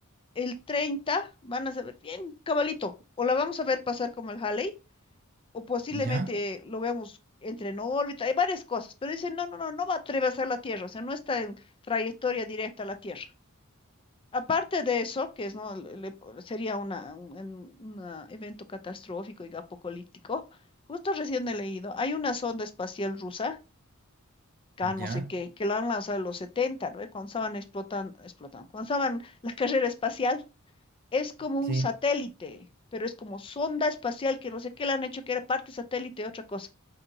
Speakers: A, on the left; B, on the right.
A: el 30 van a saber bien, cabalito, o la vamos a ver pasar como el Halley, o posiblemente
B: ya,
A: lo veamos entre en órbita, hay varias cosas, pero dicen, no, no, no, no va a atravesar la Tierra, o sea, no está en trayectoria directa a la Tierra. Aparte de eso, que es, ¿no? el- el epo- sería una, un en- una evento catastrófico y apocalíptico, justo recién he leído, hay una sonda espacial rusa Can,
B: ya, ya,
A: no sé qué, que la han lanzado en los 70, ¿no? Cuando estaban explotando, explotando, cuando estaban la carrera espacial, es como
B: sí,
A: un satélite, pero es como sonda espacial que no sé qué le han hecho, que era parte satélite, otra cosa.